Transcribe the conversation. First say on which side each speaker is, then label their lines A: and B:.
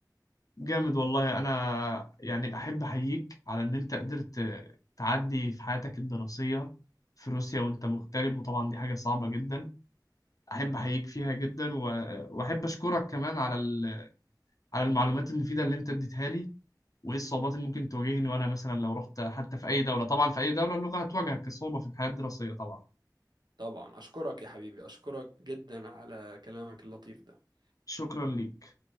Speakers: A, on the left; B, on the right.
A: جامد والله انا يعني احب احييك على ان انت قدرت تعدي في حياتك الدراسية في روسيا وانت مغترب وطبعا دي حاجة صعبة جدا احب احييك فيها جدا و- واحب اشكرك كمان على ال- على المعلومات المفيدة اللي انت اديتها لي وايه الصعوبات اللي ممكن تواجهني وانا مثلا لو رحت حتى في اي دوله طبعا في اي دوله اللغه هتواجهك كصعوبه في الحياه الدراسيه طبعا
B: طبعا اشكرك يا حبيبي اشكرك جدا على كلامك اللطيف ده
A: شكرا ليك